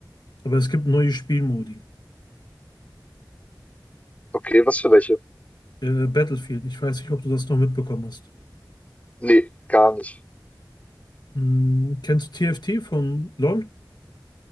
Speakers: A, on the left; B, on the left.
A: Aber es gibt neue Spielmodi.
B: Okay, was für welche?
A: Äh, Battlefield, ich weiß nicht, ob du das noch mitbekommen hast.
B: Nee, gar nicht.
A: Hm, kennst du TFT von LoL?